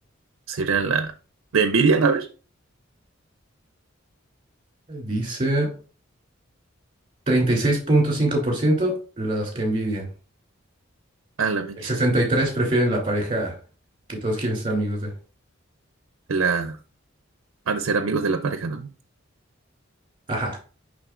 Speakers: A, on the right (about 80°); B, on the right (about 25°).
A: sería la... te envidian? A ver.
B: Dice treinta y seis punto cinco por ciento los que envidian.
A: A la mecha.
B: El 63 prefieren la pareja que todos quieren ser amigos de.
A: La... Han de ser amigos de la pareja, ¿no?
B: Ajá,